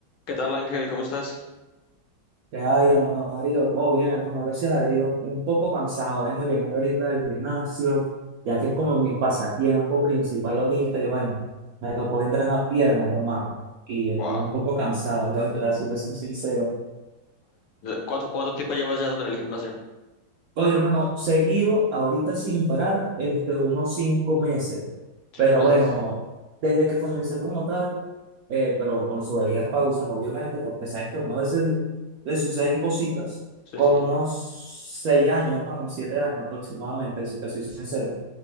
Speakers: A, on the left; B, on the right.
A: ¿Qué tal, Ángel? ¿Cómo estás?
B: ¿Qué hay, hermano Darío? Todo bien, hermano, gracias a Dios. Un poco cansado, vengo llegando ahorita del gimnasio, ya que es como mi pasatiempo principal ahorita. Y bueno, me tocó entrenar piernas, hermano, y estoy
A: Wow,
B: un poco cansado, la verdad, si te soy sincero.
A: ¿Cuánto, cuánto tiempo llevas ya en el gimnasio?
B: Oye, hermano, seguido, ahorita sin parar, este, unos cinco meses.
A: ¿Cinco
B: Pero
A: meses?
B: bueno, desde que comencé como tal, eh, pero con sus debidas pausas, obviamente, porque saben que a uno a veces le suceden cositas,
A: Sí,
B: como
A: sí.
B: unos seis años, hermano, siete años aproximadamente, si te soy sincero.